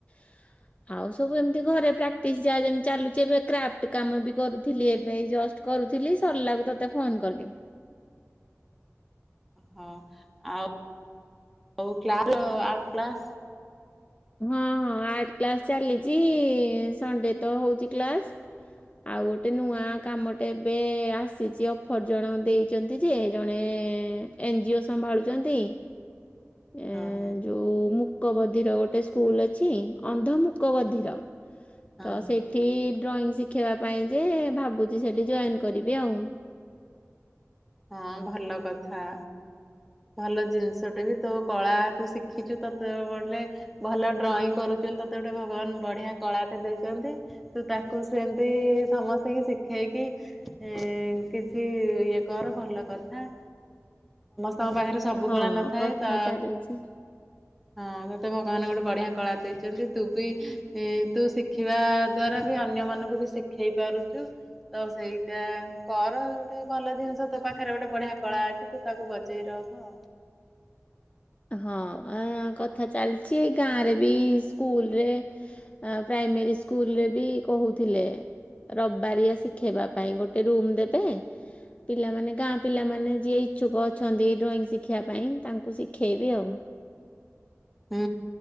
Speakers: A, on the left; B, in the centre.
A: <inaudible> ଆଉ ସବୁ ଏମିତି ଘରେ ପ୍ରାକ୍ଟିସ୍ ଯାହା ଯେମ୍ ଚାଲୁଛି ଏବେ କ୍ରାଫ୍ଟ କାମ ବି କରୁଥିଲି ଏବେ ଏଇ ଜଷ୍ଟ କରୁଥିଲି ସରିଲାକୁ ତତେ ଫୋନ୍ କଲି।
B: ହଁ ଆଉ ଉ କ୍ଲାଲ ଆଟ୍ କ୍ଲାସ୍।
A: ହଁ ହଁ ଆର୍ଟ କ୍ଲାସ ଚାଲିଚି ସଣ୍ଡେ ତ ହଉଚି କ୍ଲାସ। ଆଉ ଗୋଟେ ନୂଆ କାମଟେ ଏବେ ଆସିଚି ଅଫର ଜଣ ଦେଇ ଚନ୍ତି ଯେ ଜଣେ ଏନଜିଓ ସମ୍ଭାଳୁଚନ୍ତି। ଏଁ
B: ହଁ
A: ଯୋଉ ମୁକ ବଧିର ଗୋ ଗୋଟେ ସ୍କୁଲ୍ ଅଛି ଅନ୍ଧ ମୁକ ବଧିର
B: ହଁ
A: ତ ସେଇ ଠି ଡ୍ରଇଂ ଶିଖେଇବା ପାଇଁ ଯେ ଭାବୁଚି ସେଠି ଜଏନ୍ କରିବି ଆଉଁ।
B: ହଁ ଭଲ କଥା। ଭଲ ଜିନଷଟେ ବି ତୋ କଳା ତୁ ଶିଖିଚୁ ତତେ ବଲେ। ଭଲ ଡ୍ରଇଂ କରୁଚୁ ବୋଲି ତତେ ଗୋଟେ ଭଗବାନ ବଢିଆ କଳାଟେ ଦେଇଚନ୍ତି। ତୁ ତାକୁ ସେମତି ସମସ୍ତିଙ୍କି ଶିଖେଇକି। ଏଁ କିଛି ଇଏ କର ଭଲ କଥା। ତମ ପାଖେରେ ସବୁ
A: ହଁ
B: କଳା ନଥାଏ
A: କଥା
B: ତ।
A: ଚାଲିଛି
B: ହଁ ତତେ ଭଗବାନେ ଗୋଟେ ବଢିଆ କଳା ଦେଇଚନ୍ତି ତୁ ବି। ଇ ତୁ ଶିଖିବା ଦ୍ଵାରା ବି ଅନ୍ୟମାନଙ୍କୁ ବି ଶିଖେଇ ପାରୁଚୁ। ତ ସେଇଟା କର ଗୋଟେ ଭଲ ଜିନଷ ତୋ ପାଖରେ ଗୋଟେ ବଢିଆ କଳା ଅଛି ତୁ ତାକୁ ବ ଜେଇ ରଖ।
A: ହଁ ଏଁ କଥା ଚାଲଚି ଏଇ ଗାଁ ରେ ବି ସ୍କୁଲ ରେ। ଆ ପ୍ରାଇମେରୀ ସ୍କୁଲରେ ବି କହୁଥିଲେ। ରବାରିଆ ଶିଖେଇବା ପାଇଁ ଗୋଟେ ରୁମ ଦେବେ। ପିଲାମାନେ ଗାଁ ପିଲାମାନେ ଯିଏ ଇଚ୍ଛୁକ ଅଛନ୍ତି ଡ୍ରଇଂ ଶିଖିବା ପାଇଁ ତାଙ୍କୁ ସି ଖେଇବି ଆଉ।
B: ହୁଁ